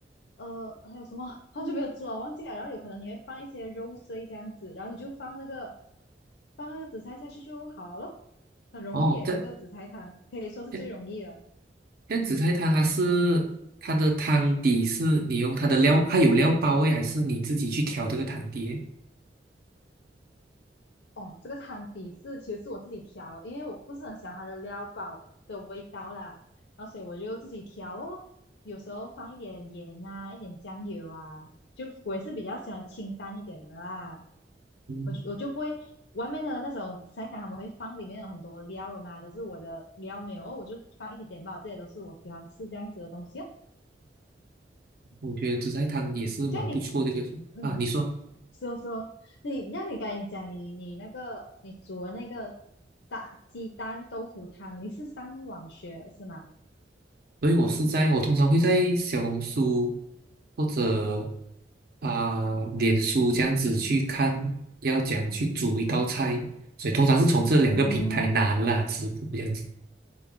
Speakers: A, on the left; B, on the right.
A: 呃还有什么，好久没有做了，忘记了。然后有可能你会放一些肉碎这样子，然后你就放那个放那个紫菜下去就好了，很容易耶，
B: 哦，这
A: 这个紫菜汤可以说是最容易了。
B: 这这样紫菜汤它是它的汤底是你用它的料，它有料包味，还是你自己去调这个汤底诶
A: 哦，这个汤底是其实是我自己调的，因为我不是很喜欢它的料包的味道啦，然后所以我就自己调哦，有时候放一点盐啊，一点酱油啊，就我也是比较喜欢清淡一点的啦，
B: 嗯，
A: 我就我就不会外面的那种菜汤他们会放里面有很多料的嘛，可是我的料没有哦，我就放一点点吧，这些都是我喜欢吃这样子的东西哦。
B: 我觉得紫菜汤也是蛮不错的一个啊。
A: 这样你，嗯，
B: 你说，
A: 说说你，让你刚才讲你你那个你煮的那个大鸡蛋豆腐汤，你是上网学是吗？
B: 所以我是在我通常会在小红书或者啊、脸书这样子去看要怎样去煮一道菜，所以通常是从这两个平台拿的啦，
A: 哦
B: 食谱这样子。